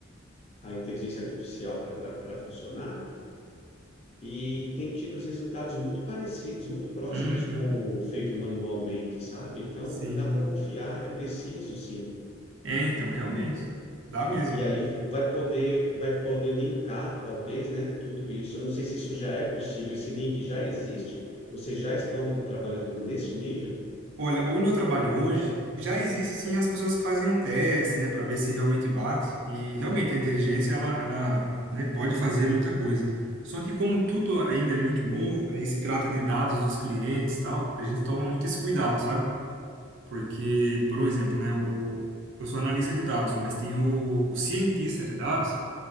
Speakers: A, on the left; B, on the right.
A: a inteligência artificial para funcionar E tem tido os resultados muito parecidos, muito próximos
B: Uhum,
A: com o feito manualmente, sabe? Então
B: sim.
A: dá para confiar, é preciso, sim.
B: É, então, realmente. Dá mesmo.
A: E aí vai poder, vai poder linkar, talvez, né, tudo isso. Eu não sei se isso já é possível, esse link já existe, vocês já estão trabalhando nesse nível?
B: Olha, onde eu trabalho hoje, já existe assim as pessoas que fazem um teste, né, para ver se realmente bate. E realmente a inteligência ela, ela, né, pode fazer muita coisa. Só que como tudo ainda é muito novo, aí se trata de dados dos clientes, e tal, a gente toma muito esse cuidado, sabe? Porque, por um exemplo,
A: Hum,
B: né, o, eu sou analista de dados, mas tem o, o cientista de dados,